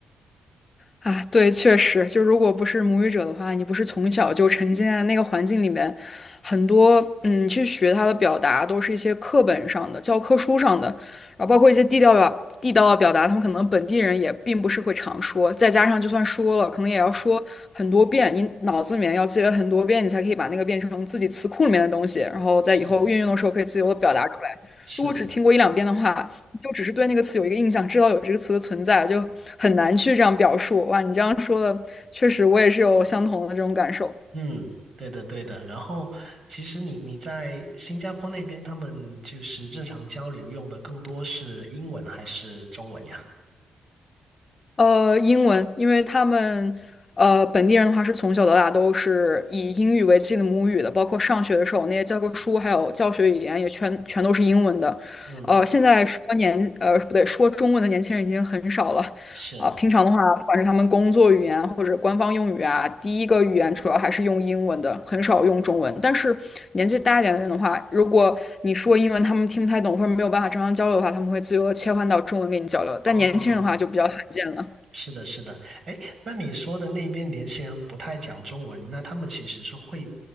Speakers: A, on the left; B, on the right.
A: 啊，对，确实，就如果不是母语者的话，你不是从小就沉浸在那个环境里面，很多嗯，去学它的表达都是一些课本上的、教科书上的，然后包括一些地道表、地道的表达，他们可能本地人也并不是会常说，再加上就算说了，可能也要说很多遍，你脑子里面要记了很多遍，你才可以把那个变成自己词库里面的东西，然后在以后运用的时候可以自由的表达出来。
B: 是是的，
A: 如果只听过一两遍的话，就只是对那个词有一个印象，知道有这个词的存在，就很难去这样表述。哇，你这样说的，确实我也是有相同的这种感受。
B: 嗯，对的对的。然后其实你你在新加坡那边，他们就是日常交流用的更多是英文还是中文呀？
A: 呃，英文，因为他们呃本地人的话是从小到大都是以英语为自己的母语的，包括上学的时候那些教科书还有教学语言也全全都是英文的。
B: 嗯。
A: 呃，现在说年呃不对，说中文的年轻人已经很少了。
B: 是，
A: 啊、平常的话，不管是他们工作语言或者官方用语啊，第一个语言主要还是用英文的，很少用中文。但是年纪大一点的人的话，如果你说英文他们听不太懂或者没有办法正常交流的话，他们会自由的切换到中文跟你交流。
B: 哦，
A: 但年轻人的话就比较罕见了。
B: 是的，是的。哎，那你说的那边年轻人不太讲中文，那他们其实是会，